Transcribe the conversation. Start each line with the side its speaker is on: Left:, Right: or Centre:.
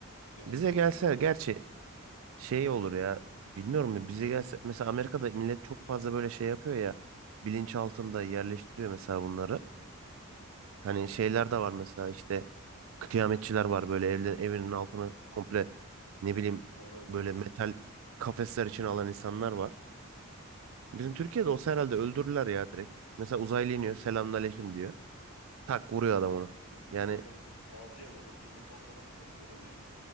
Left: Genelde
Right: Bize
Left: hep
Right: gelse
Left: onlar
Right: gerçi şey olur ya. Bilmiyorum ya bize gelse mesela Amerika'da millet çok fazla böyle şey yapıyor ya. Bilinç altında yerleştiriyor mesela bunları.
Left: Hı hı.
Right: Hani şeyler de var mesela işte kıyametçiler var böyle evle, evinin altını komple ne bileyim
Left: var öyle
Right: böyle
Left: evet.
Right: metal kafesler için alan insanlar var. Bizim Türkiye'de olsa herhalde öldürürler ya direkt. Mesela uzaylı iniyor selamünaleyküm diyor. Tak vuruyor adam onu.
Left: Bu
Right: Yani
Left: bizimkiler bazı yerlerde drone'dan falan korkuyorlar ya.